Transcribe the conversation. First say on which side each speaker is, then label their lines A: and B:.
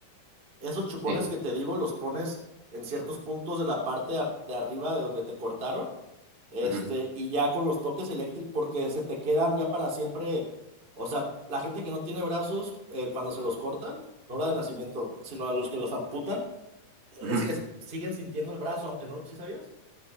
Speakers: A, on the right; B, on the right.
A: esos chupones
B: Sí.
A: que te digo los pones en ciertos puntos de la parte ar- de arriba de donde te cortaron este,
B: ujú,
A: y ya con los toques eléctricos, porque se te quedan ya para siempre. O sea, la gente que no tiene brazos, eh, cuando se los cortan, no la de nacimiento, sino a los que los amputan, es
B: ujú.
A: que s- siguen sintiendo el brazo, aunque no, ¿sí sabías?